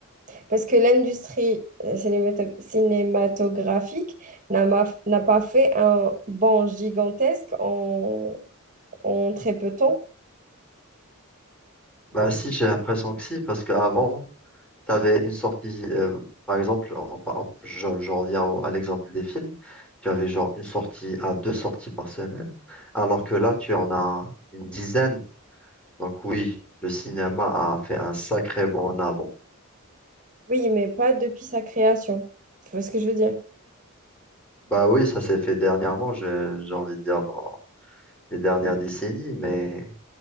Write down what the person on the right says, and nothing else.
Parce que l'industrie euh, cinémato- cinématographique n'a ma- n'a pas fait un bond gigantesque en, en très peu de temps.
Oui, mais pas depuis sa création. Tu vois ce que je veux dire?